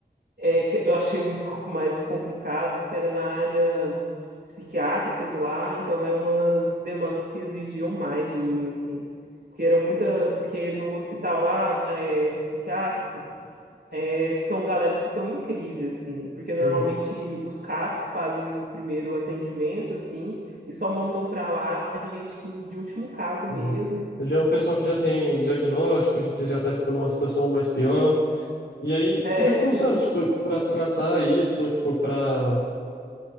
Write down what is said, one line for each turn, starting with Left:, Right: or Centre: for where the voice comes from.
Right: é, que eu achei um <laughs> pouco mais complicado, porque era na área psiquiátrica de lá, então eram umas demandas que exigiam mais de mim, assim. Porque era muita, porque no hospital lá, é, psiquiátrico, é, são galeras que estão em crise, assim, porque normalmente
Left: Uhum,
Right: os CAPs fazem o primeiro atendimento, assim, e só mandam para lá a gente que- de último caso
Left: uhum.
Right: mesmo,
Left: Já é um pessoal
Right: que
Left: que já tem diagnóstico, de que já tá, tipo, numa situação mais pior. E aí,
Right: é,
Left: como é que
Right: sim,
Left: funciona, tipo, para tratar isso, ou, tipo, para...